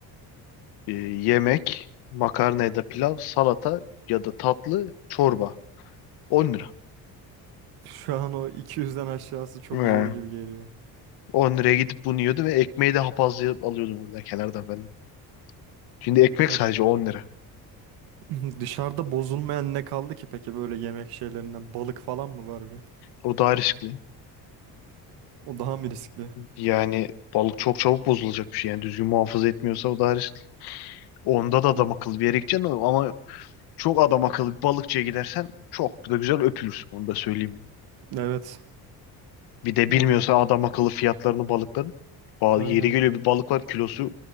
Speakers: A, on the left; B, on the right.
A: Ee, yemek, makarna ya da pilav, salata ya da tatlı, çorba. on lira.
B: <laughs> şu an o 200'den aşağısı çok
A: He.
B: zor gibi geliyor.
A: 10 liraya gidip bunu yiyordum ve ekmeği de hapazlayıp alıyordum oradan kenardan falan. Şimdi ekmek
B: Ya
A: sadece 10 lira.
B: <laughs> <clears throat> dışarıda bozulmayan ne kaldı ki peki böyle yemek şeylerinden balık falan mı var bir?
A: O daha riskli.
B: O daha mı riskli?
A: Yani balık çok çabuk bozulacak bir şey. Yani düzgün muhafaza etmiyorsa o daha riskli. Onda da adam
B: Bu,
A: akıllı bir yere gideceksin ama çok adam akıllı bir balıkçıya gidersen çok da güzel öpülürsün. Onu da söyleyeyim
B: evet.
A: Bir de
B: Ama
A: bilmiyorsa
B: bu
A: adam akıllı fiyatlarını balıkların. Ba-
B: aynen.
A: Yeri geliyor bir balık var kilosu